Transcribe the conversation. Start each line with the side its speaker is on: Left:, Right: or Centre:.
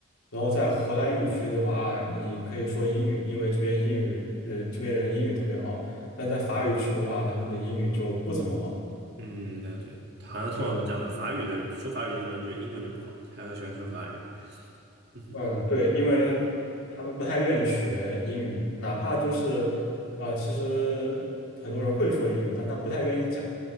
Left: 然后在荷兰语区的话，你可以说英语，因为这边英语，呃，这边人英语特别好，但在法语区的话，他们的英语就不怎么好，
Right: 嗯，了解。
Left: 嗯就
Right: 好像通常都这样的，法语的说法语的地方就是英文就不好，他都喜欢说法语。<laughs> 嗯
Left: 嗯，对，因为他们不太愿意学英语，哪怕就是，呃，其实很多人会说英语，但他不太愿意讲。